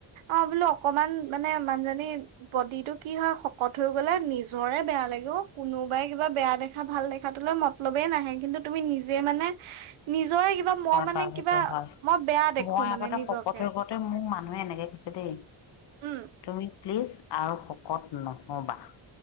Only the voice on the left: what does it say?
বাৰু সেইটো হয় হয়
মই
আগতে
শকত শকতে মোৰ মানুহে এনেকে কৈছে দেই
তুমি প্লিজ আৰু শকত নহ'বা।